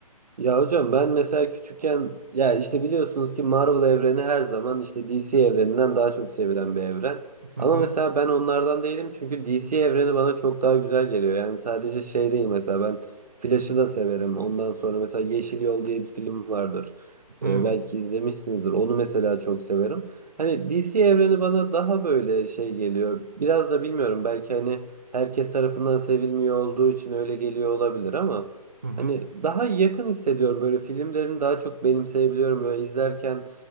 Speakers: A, on the right (about 80°); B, on the right (about 30°).
A: Ya hocam ben mesela küçükken ya işte biliyorsunuz ki Marvel evreni her zaman işte DC evreninden daha çok sevilen bir evren.
B: Hı
A: Ama
B: hı
A: mesela ben onlardan değilim çünkü DC evreni bana çok daha güzel geliyor. Yani sadece şey değil mesela ben Flash'ı da severim. Ondan sonra mesela Yeşil Yol diye bir film vardır.
B: hı
A: Ee, belki izlemişsinizdir. Onu mesela çok severim. Hani DC evreni bana daha böyle şey geliyor. Biraz da bilmiyorum belki hani herkes tarafından sevilmiyor olduğu için öyle geliyor olabilir ama
B: hı
A: Hani daha yakın hissediyorum böyle filmlerini daha çok benimseyebiliyorum böyle izlerken